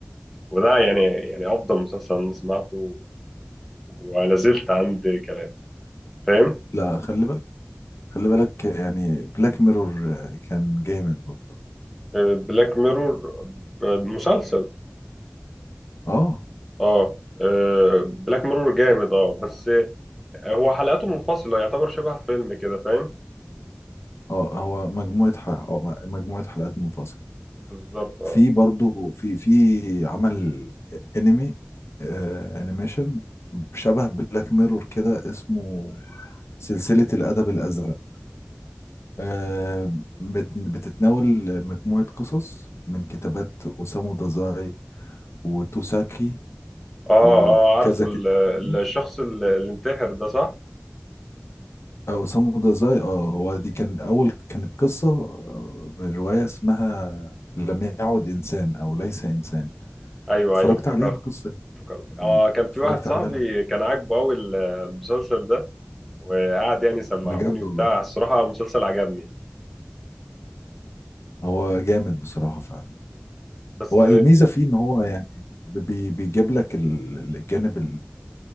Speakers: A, in the centre; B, on the left.
A: وده يعني يعني افضل مسلسل انا سمعته و- ولا زلت عند كلام فاهم
B: لا خلي بالك خلي بالك يعني بلاك ميرور كان جامد برضه
A: بلاك ميرور مسلسل
B: اه
A: اه بلاك ميرور جامد اه بس هو حلقاته منفصلة يعتبر شبه فيلم كده فاهم
B: اه هو مجموعة ح... آه، مجموعة حلقات منفصلة
A: بالظبط اه
B: في برضه في في عمل انمي آه انيميشن شبه بلاك ميرور كده اسمه سلسلة الأدب الأزرق آه، بت- بتتناول مجموعة قصص من كتابات أوسامو دازاي وتوساكي
A: اه
B: وكذا
A: اه عارف ال-
B: كده
A: ال-
B: تانيين.
A: الشخص ال- اللي انتحر ده صح
B: آه، أوسامو دازاي اه هو دي كان أول كانت قصة آه، من رواية اسمها لم يعد إنسان أو ليس إنسان
A: ايوه
B: اتفرجت
A: ايوه افتكرت
B: عليها القصة
A: افتكرت
B: دي.
A: اه كان في
B: اتفرجت
A: واحد صاحبي
B: عليها الح-
A: كان عاجبه قوي المسلسل ده وقعد يعني سمعهوني
B: بجد
A: وبتاع
B: والله
A: الصراحة مسلسل عجبني
B: هو جامد بصراحة فعلا
A: بس
B: هو الميزة فيه إن هو يعني بي- بيجيب لك ال- الجانب